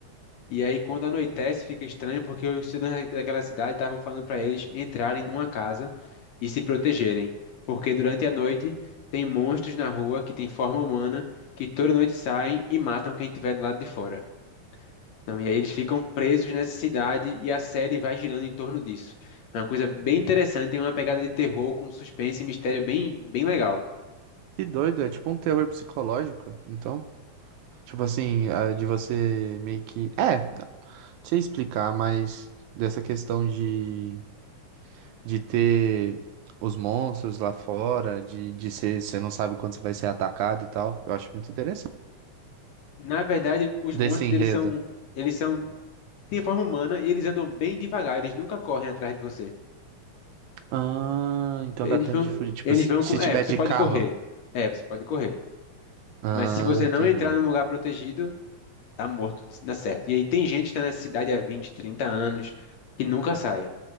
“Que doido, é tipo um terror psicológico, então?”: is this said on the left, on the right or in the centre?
Right